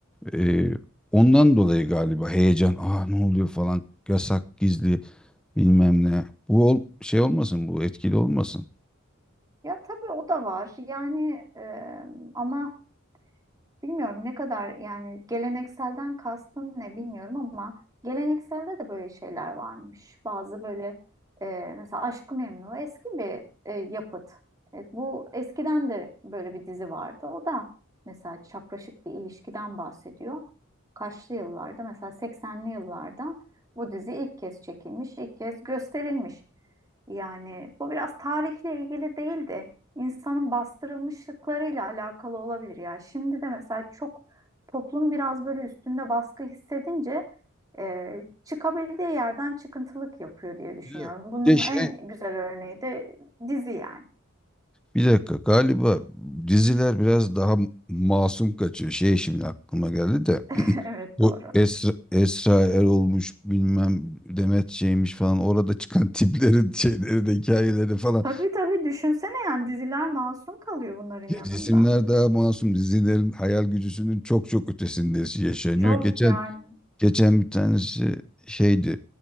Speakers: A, in the centre; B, on the right.
A: Ee, ondan dolayı galiba heyecan. Aa ne oluyor falan. Yasak, gizli bilmem ne. Bu ol- şey olmasın bu etkili olmasın.
B: Ya tabii o da var yani e, ama Bilmiyorum ne kadar yani gelenekselden kastın ne bilmiyorum ama gelenekselde de böyle şeyler varmış. Bazı böyle e, mesela Aşk-ı Memnu eski bir e, yapıt. E, bu eskiden de böyle bir dizi vardı. O da mesela çapraşık bir ilişkiden bahsediyor. Kaçlı yıllarda mesela 80'li yıllarda bu dizi ilk kez çekilmiş, ilk kez gösterilmiş. Yani bu biraz tarihle ilgili değildi insanın bastırılmışlıklarıyla alakalı olabilir ya. Şimdi de mesela çok toplum biraz böyle üstünde baskı hissedince e, çıkabildiği yerden çıkıntılık yapıyor diye düşünüyorum.
A: Bir de,
B: Bunun
A: bir de şey
B: en güzel örneği de dizi yani.
A: bir dakika galiba diziler biraz daha masum kaçıyor. Şey şimdi aklıma geldi de
B: <laughs>
A: <clears throat>
B: Evet
A: bu
B: doğru.
A: Esra, Esra Erol'muş bilmem Demet şeymiş falan orada çıkan <laughs> tiplerin şeyleri de hikayeleri falan.
B: Tabii tabii düşünsene yani diziler masum kalıyor bunların
A: Ya
B: yanında.
A: Cisimler daha masum. Dizilerin hayal gücüsünün çok çok ötesinde yaşanıyor.
B: Çok
A: Geçen
B: yani.
A: geçen bir tanesi şeydi.